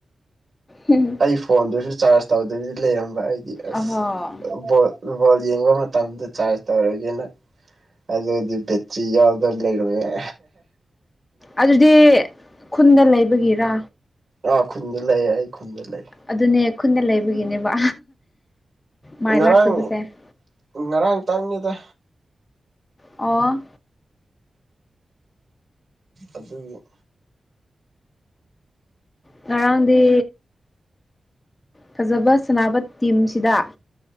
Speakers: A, on the left; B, on the right.
A: ꯍꯝ <unintelligible>
B: ꯑꯩ ꯐꯣꯟꯗꯨꯁꯨ ꯆꯥꯔꯖ ꯇꯧꯗꯕꯗꯤ ꯂꯩꯔꯝꯕ ꯑꯩꯗꯤ ꯑꯁ
A: ꯑꯍꯣ
B: ꯕꯣꯜ ꯌꯦꯡꯕ ꯃꯇꯝꯗ ꯆꯥꯔꯖ ꯇꯧꯔꯒꯦꯅ ꯑꯗꯨꯑꯩ ꯕꯤꯠꯁꯦ ꯌꯥꯎꯗꯣ ꯂꯩꯔꯣꯏꯍꯦ
A: ꯑꯗꯨꯗꯤ ꯈꯨꯟꯗ ꯂꯩꯕꯒꯤꯔ
B: ꯑꯥ ꯈꯨꯟꯗ ꯂꯩ ꯑꯩ ꯈꯨꯟꯗ ꯂꯩ
A: ꯑꯗꯨꯅꯦ ꯈꯨꯟꯗ ꯂꯩꯕꯒꯤꯅꯦꯕ ꯃꯥꯏ
B: ꯉꯔꯥꯡ-ꯉꯔꯥꯡ
A: ꯂꯥꯛꯇꯕꯁꯦ
B: ꯇꯪꯅꯤꯗ
A: ꯑꯣ
B: ꯑꯗꯨ
A: ꯉꯔꯥꯡꯗꯤ ꯐꯖꯕ ꯁꯅꯕ ꯇꯤꯝꯁꯤꯗ